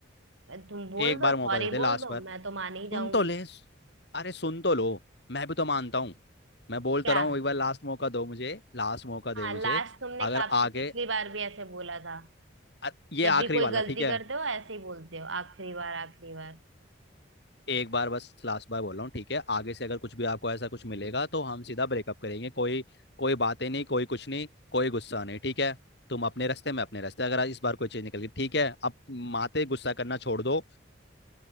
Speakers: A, on the right; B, on the left.
A: तुम बोल
B: एक बार
A: दो सॉरी
B: मौका दे दे लास्ट
A: बोल दो
B: बार
A: मैं तो मान ही
B: सुन
A: जाऊंगी
B: तो ले अरे सुन तो लो मैं भी तो मानता हूँ मैं बोलता
A: क्या
B: रहा हूँ एक बार लास्ट मौका दो मुझे लास्ट मौका दे
A: हाँ
B: मुझे
A: लास्ट तुमने
B: अगर
A: का
B: आगे
A: पिछली बार भी ऐसे बोला था
B: अ- ये
A: जब
B: आखिरी
A: भी कोई
B: वाला
A: गलती
B: ठीक है
A: करते हो ऐसे ही बोलते हो आखिरी बार आखिरी बार
B: एक बार बस लास्ट बार बोल रहा हूँ ठीक है आगे से अगर कुछ भी आपको ऐसा कुछ मिलेगा तो हम सीधा ब्रेकअप करेंगे कोई कोई बातें नहीं कोई कुछ नहीं कोई गुस्सा नहीं ठीक है तुम अपने रास्ते मैं अपने रास्ते अगर इस बार कोई चीज़ निकल गई ठीक है अब माते गुस्सा करना छोड़ दो